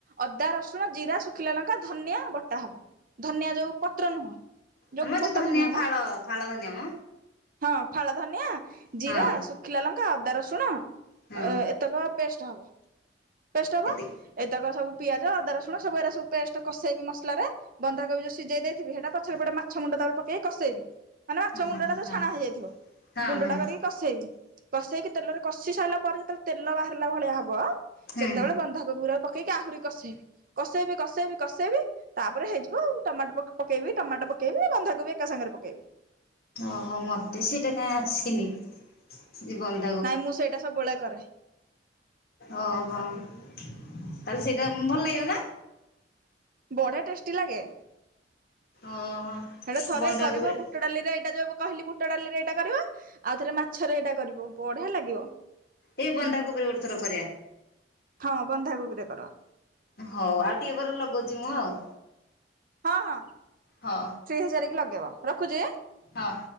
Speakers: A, on the right; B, on the left.
A: ଅଦା, ରସୁଣ, ଜିରା, ଶୁଖିଲା ଲଙ୍କା, ଧନିଆ ବଟା ହବ। ଧନିଆ ଯଉ ପତ୍ର ନୁହଁ। ଯୋଉ
B: ଆମ
A: ଗୋଟା ଧନିଆ ମ,
B: ଫାଳ ଫାଳ ଧନିଆ ମ।
A: ହଁ ଫାଳ ଧନିଆ ଜିରା
B: ହଁ
A: ସୁଖିଲା ଲଙ୍କା ଅଦା ରସୁଣ
B: ହଁ।
A: ଏତକ ପେଷ୍ଟ ହବ, ପେଷ୍ଟ ହବ।
B: ଏତି
A: ଏଇତକ ସବୁ ପିଆଜ ଅଦା ରସୁଣ ସବୁ ଏଡା ସବୁ ପେଷ୍ଟ କସେଇବି ମସଲାରେ ବନ୍ଧାକ ବି ଯୋଉ ସିଝେଇ ଦେଇ ଥିବି ସେଟା ପଛରେ ପଟେ ମାଛ ମୁଣ୍ଡ ତାପରେ ପକେଇକି କସେଇବି ମାନେ ମାଛ
B: ହଁ
A: ମୁଣ୍ଡଟା
B: ହଁ।
A: ଯୋଉ ଛଣା ହେଇଯାଇଥିବ।
B: ହଁ
A: ଗୁଣ୍ଡଟା
B: ହଁ
A: କରିକି କଷେଇବି। କସେଇକି ତେଲରେ କଷିସାରିଲା ପରେ ଯେତେବେଳେ ତେଲ ବାହାରିଲା ଭଳିଆ ହବ
B: ହୁଁ।
A: ସେତେବେଳେ ବନ୍ଧାକୋବି ଗୁଡାକୁ ପକେଇ ପକେଇକି ଆହୁରି କଷେଇବି କସେଇବି କଷେଇବି କସେଇବି ତାପରେ ହେଇଯିବ ଆଉ ଟମାଟୋ ପକେଇ ପକେଇବି ଟମାଟୋ ପକେଇବି ବନ୍ଧାକୋବି ଏକା ସାଙ୍ଗରେ ପକେଇବି।
B: ଓହୋ ମତେ ସେଇଟା କାହିଁ ଆସିନି ଜୀବନରେ
A: ନାଇଁ ମୁଁ ସେଇଟା ସବୁବେଳେ କରେ।
B: ଅହୋ ତାହଲେ ସେଇଟା ଭଲ ଲାଗିବ ନା?
A: ବଢିଆ ଟେଷ୍ଟି ଲାଗେ।
B: ଓହୋ
A: ସେଇଟା ଥରେ
B: ବନ୍ଧାକୋବିରେ
A: କରିବ ବୁଟ ଡ଼ାଲିରେ ଏଇଟା ଯଉ କହିଲି ବୁଟ ଡ଼ାଲିରେ ଏଇଟା କରିବ ଆଉ ଥରେ ମାଛରେ ଏଇଟା କରିବ ବଢିଆ ଲାଗିବ।
B: ଏଇ ବନ୍ଧାକୋବିରେ ଗୋଟେଥର କରିବା।
A: ହଁ ବନ୍ଧାକୋବିରେ କର।
B: ହଉ ଆଉ ଟିକେ ପରେ ଲଗଉଛି ମୁଁ ଆଉ।
A: ହଁ ହଁ।
B: ହଁ।
A: ଫ୍ରି ହେଇସାରିକି ଲଗେଇବ, ରଖୁଛି?
B: ହଁ।